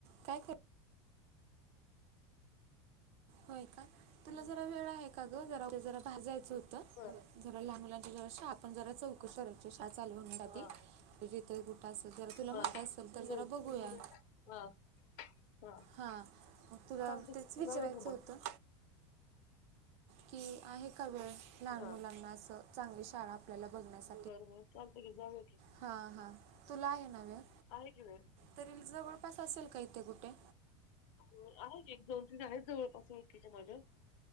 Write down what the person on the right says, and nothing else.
काय कर होय का तुला जरा वेळ आहे का ग जरा जरा ते भाजायचं होतं
जरा लहान मुलांच्या जवळ शाळत पण जरा चौकशी करायची होती शाळा चालू होण्या आधी
ती तिथ अस जरा तुला
माहिती असेल तर जरा बघूया
हां मग तुला
तेच
विचारायचं
होतं
कि आहे का वेळ लहान
मुलाना असं चांगली शाळा आपल्याला बघण्यासाठी
हा हा तुला आहे ना वेळ
तरी जवळपास असेल का इथे कुठे